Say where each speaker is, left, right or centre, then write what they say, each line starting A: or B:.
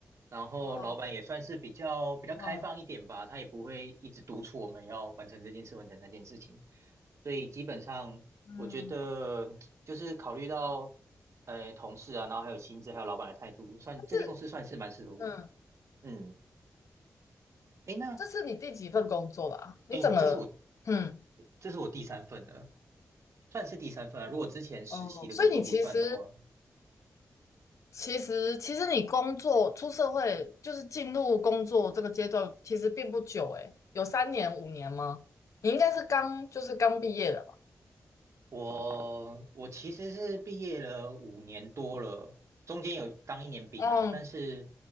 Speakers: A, on the right; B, on the left.
A: 然后老板也算是比较比较开放一点吧，
B: 哦，嗯
A: 他也不会一直督促我们要完成这件事，完成那件事情。所以基本上，
B: 嗯，
A: 我觉得就是考虑到呃同事啊，然后还有薪资，还有老板的态度，算这间公司算是蛮适合我的
B: 但是嗯，
A: 嗯，诶，那
B: 这是你第几份工作啦？你整个嗯
A: 诶，这是我这是我第三份了，算是第三份啊。如果之前实习的工作不算的话，
B: 哦，所以你其实其实其实你工作出社会就是进入工作这个阶段，其实并不久诶，有三年五年吗？你应该是刚就是刚毕业的吧？
A: 我我其实是毕业了五年多了，中间有当一年兵啊，
B: 嗯
A: 但是